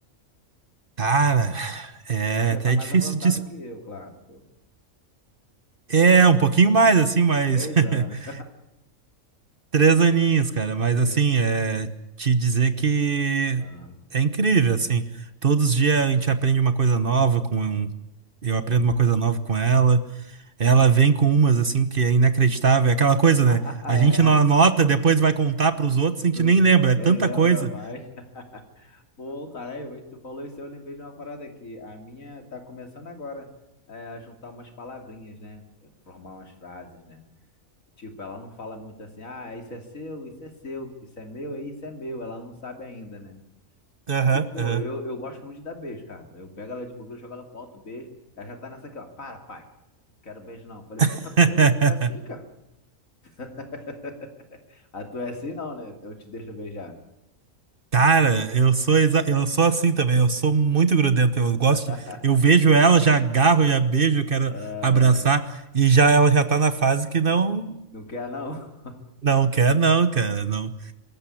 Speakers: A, on the right; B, on the left.
A: cara, é
B: Tu que
A: até
B: já tá mais
A: difícil
B: avançado
A: de
B: que eu, claro, pô.
A: É, um pouquinho mais, assim, mas.
B: Três
A: <laughs>
B: anos.
A: Três aninhos, cara. Mas,
B: <laughs>
A: assim, é. Te dizer que
B: Ah,
A: é incrível, assim. Todos os dias a gente aprende uma coisa nova com. um- Eu aprendo uma coisa nova com ela. Ela vem com umas, assim, que é inacreditável. É aquela coisa, né?
B: <laughs>
A: A gente
B: é.
A: não anota, depois vai contar pros outros,
B: Não-
A: a gente nem lembra.
B: nem
A: É tanta
B: lembra
A: coisa.
B: mais. <laughs> Pô, caralho, mas tu falou isso, eu lembrei de uma parada aqui. A minha tá começando agora é, a juntar umas palavrinhas, né? É, Formar umas frases, né? Tipo, ela não fala muito assim, ah, isso é seu, isso é seu, isso é meu, é isso é meu. Ela não sabe ainda, né? Só
A: Aham,
B: que, pô,
A: aham.
B: eu, eu gosto muito de dar beijo, cara. Eu pego ela de bobeira, eu jogo ela pro alto, beijo. Ela já tá nessa aqui, ó. Para, pai. Não quero beijo, não. Falei,
A: <laughs>
B: pô, tá com três anos, tá assim, cara. <laughs> Ah, tu é assim, não, né? Eu te deixo beijar.
A: Cara, eu sou exa- eu sou assim também, eu sou muito grudento, eu gosto
B: <laughs>
A: de- eu vejo ela, já agarro, já beijo, eu quero
B: Ah,
A: abraçar e já ela já tá na fase que não
B: não quer, não? <laughs>
A: não quer não, cara, não.